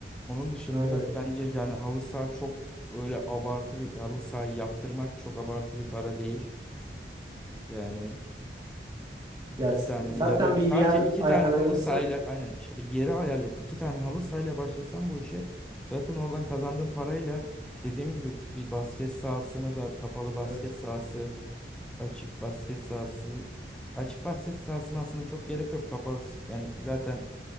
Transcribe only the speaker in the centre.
Onun dışında
bence yani halı saha çok öyle abartı bir halı sahayı yaptırmak çok abartı bir para değil. Yani İki
tane
ya da
sadece
iki
tane halı sahayla aynen işte bir yeri ayarlayıp iki tane halı sahayla başlasam bu işe zaten oradan kazandığım parayla dediğim gibi bir basket sahasını da kapalı basket
sahası açık basket sahası açık basket sahasına aslında çok gerek yok kapalı yani zaten